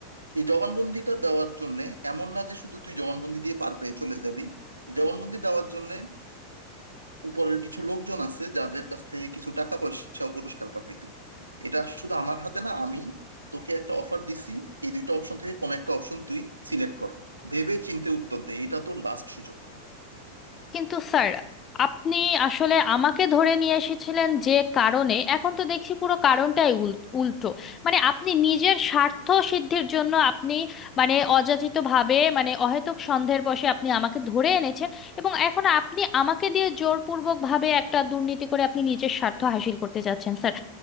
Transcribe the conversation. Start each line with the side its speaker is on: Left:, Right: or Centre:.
Right: এই জবানবন্দিটা দেওয়ার জন্য এমন না যে শুধু তুই জবানবন্দি দিয়ে পার পেয়ে চলে যাবি জবানবন্দি দেওয়ার জন্য উপরের কিছু লোকজন আছে যাদের কাছ থেকে কিছু টাকা পয়সা ও পুরস্কার পাবি তুই এটা শুধু আমার হাতে না আমি তোকে একটা অফার দিছি এই দুইটা অপশন থেকে কোন একটা অপশন তুই সিলেক্ট কর ভেবে চিন্তে উত্তর দে এটা তোর লাস্ট সুযোগ
Left: কিন্তু স্যার আপনি আসলে আমাকে ধরে নিয়ে এসেছিলেন যে কারণে এখন তো দেখছি পুরো কারণটাই উল- উল্টো মানে আপনি নিজের স্বার্থ সিদ্ধির জন্য আপনি মানে অযাচিতভাবে মানে অহেতুক সন্দেহের বশে আপনি আমাকে ধরে এনেছেন এবং এখন আপনি আমাকে দিয়ে জোরপূর্বকভাবে একটা দুর্নীতি করে আপনি নিজের স্বার্থ হাসিল করতে চাচ্ছেন স্যার